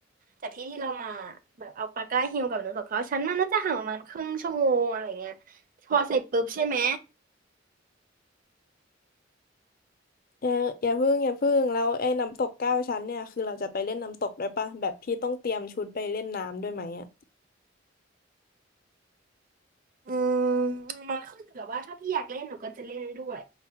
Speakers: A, on the right; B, on the left.
A: จากที่ที่เรามาแบบเอาปาก้าฮิลกับน้ำตกเก้าชั้นมันน่าจะห่างประมาณครึ่งชั่วโมงอะไรเงี้ยพอเสร็จปุ๊บใช่ไหม
B: อย่าอย่าพึ่งอย่าพึ่งแล้วไอ้น้ำตกเก้าชั้นเนี่ยคือเราจะไปเล่นน้ำตกด้วยป่ะแบบพี่ต้องเตรียมชุดไปเล่นน้ำด้วยไหมอ่ะ
A: อืมมันขึ้นอยู่กับว่าถ้าพี่อยากเล่นหนูก็จะเล่นด้วย